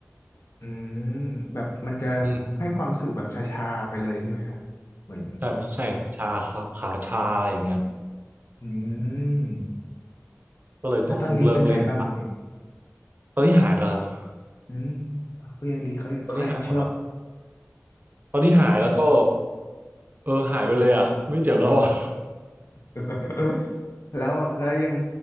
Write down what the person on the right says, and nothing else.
อืม
ใช่ใช่ชาขาขาชาอะไรอย่างเงี้ย
ก็เลยต้องเลิกเล่นไป
ตอนนี้หายแล้วครับ
ตอนนี้หายหมดแล้ว ตอนนี้หายแล้วก็เออหายไปเลยอ่ะไม่เจ็บแล้วอ่ะ